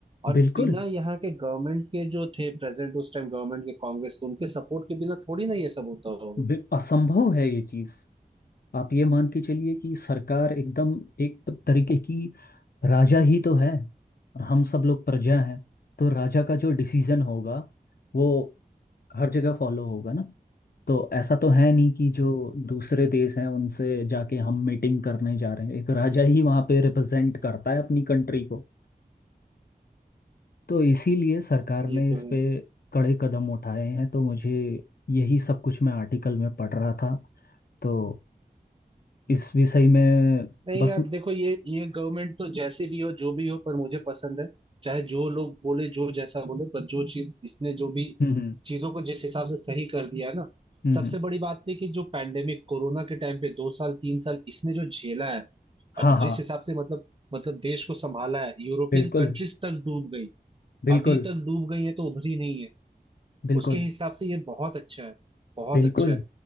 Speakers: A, on the right (about 35°); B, on the left (about 70°).
A: और
B: बिल्कुल
A: बिना यहाँ के गवर्नमेंट के जो थे प्रेसिडेंट उस टाइम गवर्नमेंट के कांग्रेस के उनके सपोर्ट के बिना थोड़ी ना ये सब होता होगा
B: बि- असंभव है ये चीज़ आप ये मान के चलिए कि सरकार एकदम एक तरीके की राजा ही तो है और हम सब लोग प्रजा हैं तो राजा का जो डिसीजन होगा वो हर जगह फॉलो होगा ना तो ऐसा तो है नहीं कि जो दूसरे देश हैं उनसे जाके हम मीटिंग करने जा रहे हैं एक राजा ही वहाँ पे रिप्रेजेंट करता है अपनी कंट्री को तो इसीलिए सरकार
A: हाँ ये
B: ने
A: तो
B: इस
A: है
B: पे कड़े कदम उठाए हैं तो मुझे यही सब कुछ मैं आर्टिकल में पढ़ रहा था तो इस विषय में
A: नहीं
B: बस
A: यार देखो ये ये गवर्नमेंट तो जैसे भी हो जो भी हो पर मुझे पसंद है चाहे जो लोग बोले जो जैसा बोले पर जो चीज इसने जो भी
B: <laughs>
A: चीजों को जिस हिसाब से सही कर दिया है ना
B: हम्म
A: सबसे
B: हम्म,
A: बड़ी बात थी कि जो पैंडेमिक कोरोना के टाइम पे दो साल तीन साल इसने जो झेला है और
B: हाँ हाँ
A: जिस हिसाब से मतलब मतलब देश को संभाला है यूरोपियन
B: बिल्कुल
A: कंट्रीज तक डूब गई
B: बिल्कुल
A: अभी तक डूब गई है तो उभरी नहीं है
B: बिल्कुल
A: उसके हिसाब से ये बहुत अच्छा है बहुत
B: बिल्कुल
A: अच्छा है